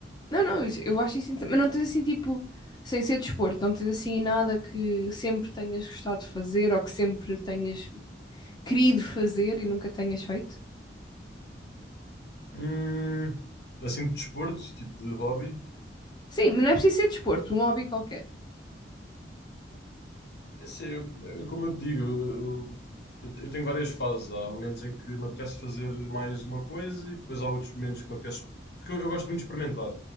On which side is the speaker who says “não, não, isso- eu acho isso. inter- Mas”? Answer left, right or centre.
Left